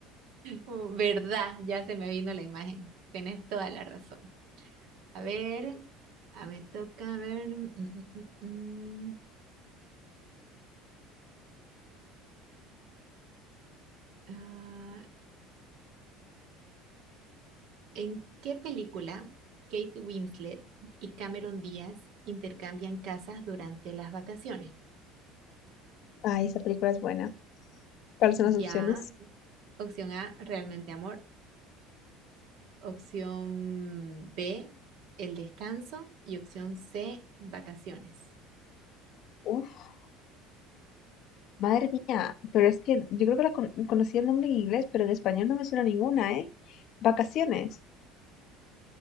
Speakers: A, on the right; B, on the left.
A: Oh, ¿Verdad? Ya se me vino la imagen. Tienes toda la razón. A ver, a ver, toca a ver. mm, mm, mm, mm, mm. Ah, ¿en qué película Kate Winslet y Cameron Díaz intercambian casas durante las vacaciones?
B: Ay, esa película es buena. ¿Cuáles son
A: Ya,
B: las opciones?
A: opción A, realmente amor. Opción B, el descanso. Y opción C, vacaciones.
B: Uf, madre mía. Pero es que yo creo que la con- conocía el nombre en inglés, pero en español no me suena ninguna, ¿eh? Vacaciones.